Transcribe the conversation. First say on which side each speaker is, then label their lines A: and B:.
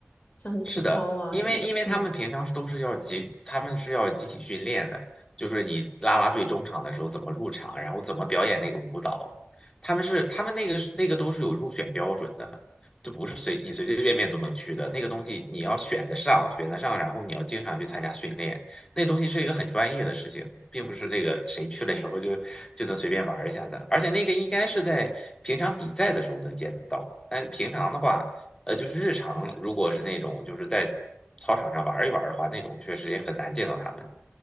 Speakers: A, on the left; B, on the left.
A: 像什么体操啊什么的。
B: 是的，因为因为他们平常都是要集，
A: 嗯
B: 他们是要集体训练的，就是你啦啦队中场的时候怎么入场，然后怎么表演那个舞蹈，他们是他们那个是那个都是有入选标准的，就不是随你随随便便都能去的，那个东西你要选得上，选得上，然后你要经常去参加训练，那东西是一个很专业的事情，并不是那个谁去了以后就就能随便玩儿一下的，而且那个应该是在平常比赛的时候能见得到，但平常的话。呃，就是日常如果是那种就是在操场上玩儿一玩儿的话，那种确实也很难见到他们。